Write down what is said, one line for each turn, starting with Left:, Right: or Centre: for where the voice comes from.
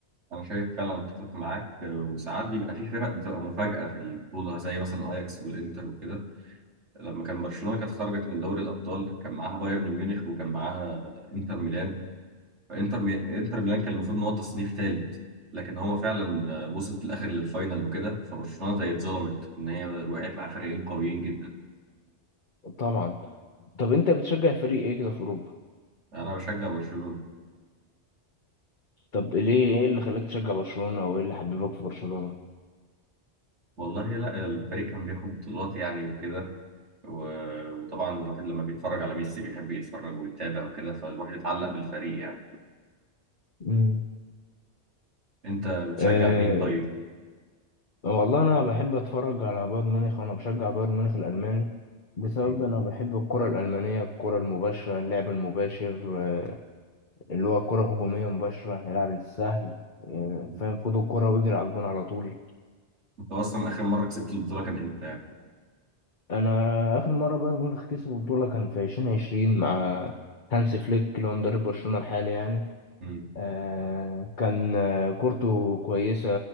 Right: انا شايف فعلا اتفق معاك وساعات بيبقى في فرق بتبقى مفاجاه في البطوله زي مثلا اياكس والانتر وكده لما كان برشلونه كانت خرجت من دوري الابطال كان معاها بايرن ميونخ وكان معاها انتر ميلان انتر مي... انتر ميلان كان المفروض ان هو تصنيف ثالث لكن هو فعلا آه، وصل في الاخر للفاينل وكده فبرشلونه زي اتظلمت ان هي وقعت مع فريقين قويين جدا
Left: طبعا طب انت بتشجع فريق ايه كده في اوروبا
Right: انا بشجع برشلونه
Left: طب ليه ايه اللي خلاك تشجع برشلونة او ايه اللي حببك في برشلونة
Right: والله لا الفريق كان بياخد بطولات يعني وكده و... وطبعا الواحد لما بيتفرج على ميسي بيحب يتفرج ويتابع وكده فالواحد اتعلق بالفريق يعني
Left: مم.
Right: انت بتشجع
Left: أه
Right: مين طيب؟
Left: والله انا بحب اتفرج على بايرن ميونخ وانا بشجع بايرن ميونخ الالماني بسبب
Right: مم.
Left: انا بحب الكرة الالمانية الكرة المباشرة اللعب المباشر آه، اللي هو كرة هجومية مباشرة يلعب السهل آه،
Right: مم.
Left: فاهم خدوا الكرة واجري على الجون على طول
Right: انت اصلا اخر مره كسبت البطوله كان امتى يعني؟
Left: انا اخر مرة بايرن ميونخ كسبوا بطولة كان في عشرين عشرين مع هانس فليك اللي هو مدرب برشلونة الحالي يعني
Right: مم.
Left: آه، كان آه، كورته كويسة